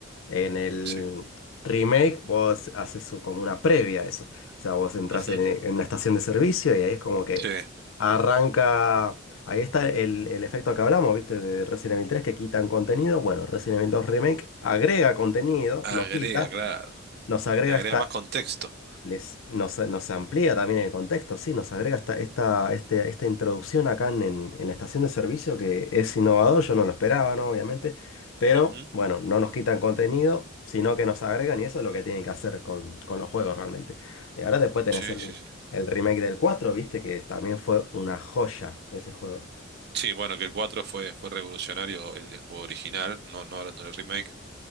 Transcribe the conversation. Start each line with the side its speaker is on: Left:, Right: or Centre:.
Left: En el
Right: Sí.
Left: remake vos haces su- como una previa a eso. O sea, vos entras
Right: ujú,
Left: en, en una estación de servicio y ahí es como que
Right: Sí,
Left: arranca... Ahí está el, el efecto que hablamos, ¿viste? De Resident Evil tres que quitan contenido. Bueno, Resident Evil dos Remake agrega contenido,
Right: agrega,
Left: no quita,
Right: claro.
Left: nos agrega
Right: Le agrega
Left: esta
Right: más contexto.
Left: les, nos, nos amplía también el contexto, sí, nos agrega esta, esta, este- esta introducción acá en, en- en la estación de servicio que es innovador, yo no lo esperaba, ¿no? Obviamente, pero
Right: Ujú,
Left: bueno, no nos quitan contenido, sino que nos agregan y eso es lo que tienen que hacer con, con los juegos realmente. Y ahora después tenés
Right: Sí,
Left: el,
Right: sí, sí.
Left: el remake del 4 viste, que también fue una joya ese juego.
Right: Sí, bueno, que el 4 fue, fue revolucionario, el, el juego original, no, no hablando del remake,